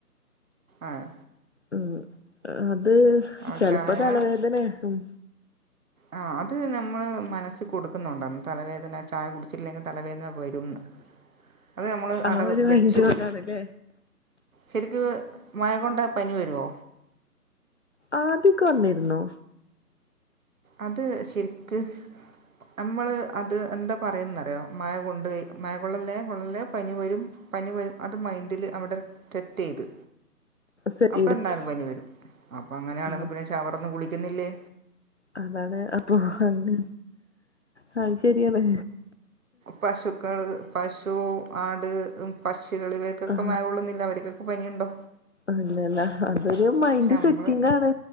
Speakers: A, on the right (about 60°); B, on the left (about 50°).
A: ആഹ്
B: ഉം അത്
A: ആ
B: ചെലപ്പ
A: ചായ
B: തലവേദനേക്കും
A: ആഹ് അത് നമ്മള് മനസ്സ് കൊട്ക്കുന്നൊണ്ടാന്ന് തലവേദന ചായ കുട് ടിച്ചില്ലെങ്കി തലവേദന വരുംന്ന് അത് നമ്മള്
B: ആ
A: ഔടെ
B: ഒരു മൈൻഡ്
A: വെച്ചുപോയി
B: കൊണ്ടാണല്ലേ
A: ശരിക്ക് മഴ കൊണ്ടാ പനി വരോ
B: ആദ്യൊക്കെ വന്നിര്ന്നു
A: അത് ശെരിക്ക് അമ്മള് അത് എന്താ പറയന്നറിയോ മഴ കൊണ്ട്കയ് മഴ കൊള്ളല്ലേ കൊള്ളല്ലേ പനി വരും പനി വരും അത് മൈൻഡില് അവിടെ സെറ്റെയ്ത്
B: സെറ്റ്
A: അപ്പെന്തായാലും
B: വെച്ചു
A: പനി വരും അപ്പങ്ങനെയാണെങ്കി
B: ആ
A: പിന്നെ ശവറ്ന്ന് കുളിക്ക്ന്നില്ലേ
B: അതാണ് അപ്പൊ അല്ല അഹ് ശെര്യാണ്
A: പശുക്കള് പശു ആട് പക്ഷികള് ഇവർക്കൊക്കെ
B: ആ
A: മഴ കൊള്ളുന്നില്ലെ അവർക്കൊക്കെ പനിയൊണ്ടോ
B: അല്ലല്ല അതൊരു മൈൻഡ്
A: പക്ഷെ നമ്മൾ
B: സെറ്റിങ്ങാണ്